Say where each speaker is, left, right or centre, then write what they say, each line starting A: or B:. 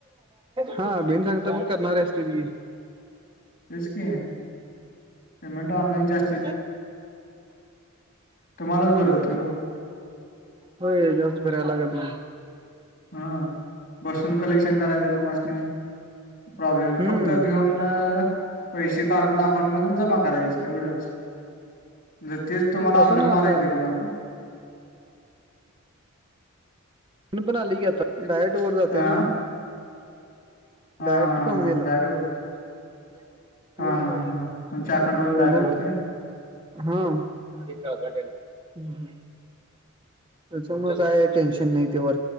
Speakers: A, on the right; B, on the left.
A: हा बीन सांगता पण करणारे असतात की
B: तेच की पेमेंट ऑनलाईन ज्यास्
A: <unintelligible>
B: तुम्हालाच बरं होतंय ओ
A: होय जास्त फिरायला लागत नाही.
B: हा बसून कलेक्शन कराय देतो तुम्हासनी प्रॉब्लेम नाही
A: हम्म
B: फक्त घेऊन पैसे काढून अकाउंट मधून जमा करायच एवढंच. ज तेच तुम्हाला
A: नाही तसं
B: ऑनलाईन
A: नाही आता
B: मारायच कोणाला तर.
A: मी पण आलोय की आता,
B: ते
A: डायरेक्ट वर जातंय
B: हा
A: ना. डायरेक्ट
B: हा हा हा डायरेक्ट
A: कमानीला. हम्म.
B: हा हा हा
A: <unintelligible>
B: तुमच्या अकाउंट वरून डायरेक्ट जातोय
A: हा हम्म हम्म. त्याचमुळे काय टेन्शन नाही ते वर